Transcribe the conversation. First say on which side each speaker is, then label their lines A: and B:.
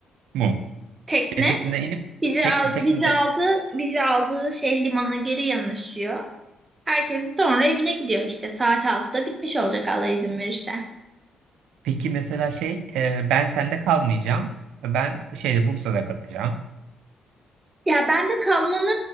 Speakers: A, on the right; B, on the right.
A: Mu.
B: Tekne
A: Şey, tekneden inip
B: bizi
A: tek,
B: al
A: tekne,
B: bizi aldı, bizi aldığı şey limana geri yanaşıyor. Herkes sonra evine gidiyor işte saat altıda bitmiş olacak Allah izin verirse.
A: Peki mesela şey e, ben sende kalmayacağım. Ben şeyde Bursa'da kalacağım.
B: Ya ben de kalmanı